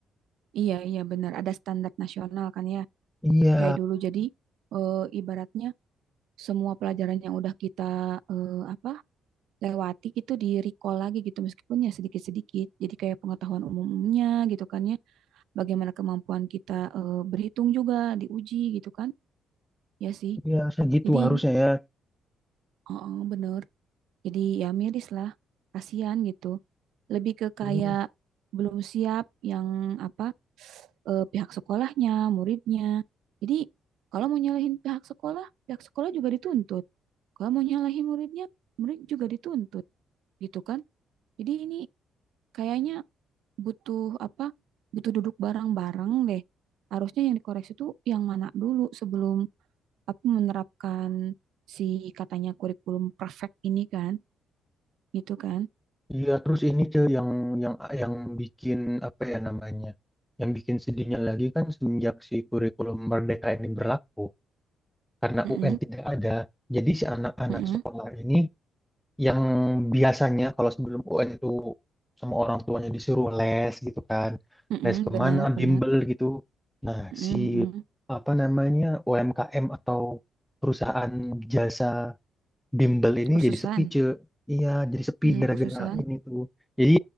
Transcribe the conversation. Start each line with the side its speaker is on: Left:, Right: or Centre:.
Right: Iya, iya benar. Ada standar nasional kan ya.
Centre: Iya,
Right: Kayak dulu jadi eh, ibaratnya semua pelajaran yang udah kita eh, apa lewati gitu di recall lagi gitu meskipun ya sedikit-sedikit. Jadi kayak pengetahuan umumnya gitu kan ya. Bagaimana kemampuan kita eh, berhitung juga diuji gitu kan. Ya sih.
Centre: iya segitu
Right: Jadi
Centre: harusnya
Right: ini
Centre: ya.
Right: oh, oh, bener. Jadi ya miris lah. Kasihan gitu. Lebih ke
Centre: Iya.
Right: kayak belum siap yang apa eh, pihak sekolahnya, muridnya. Jadi kalau mau nyalahin pihak sekolah, pihak sekolah juga dituntut. Kalau mau nyalahin muridnya, murid juga dituntut, gitu kan? Jadi ini kayaknya butuh apa? Butuh duduk bareng-bareng deh. Harusnya yang dikoreksi itu yang mana dulu sebelum apa menerapkan si katanya kurikulum perfect ini kan, gitu kan?
Centre: Iya, terus ini Cil yang yang yang bikin apa ya namanya? Yang bikin sedihnya lagi kan semenjak si kurikulum Merdeka ini berlaku karena
Right: Mm-mm,
Centre: UN tidak ada. Jadi si anak-anak
Right: mm-mm,
Centre: sekolah ini yang biasanya kalau sebelum UN itu sama orang tuanya disuruh les gitu kan.
Right: mm-mm,
Centre: Les kemana,
Right: benar, benar.
Centre: bimbel gitu. Nah,
Right: Mm-mm,
Centre: si
Right: mm-mm.
Centre: apa namanya UMKM atau perusahaan jasa bimbel ini
Right: Kursusan,
Centre: jadi sepi cuy iya jadi sepi
Right: mm,
Centre: gara-gara
Right: kursusan.
Centre: ini tuh jadi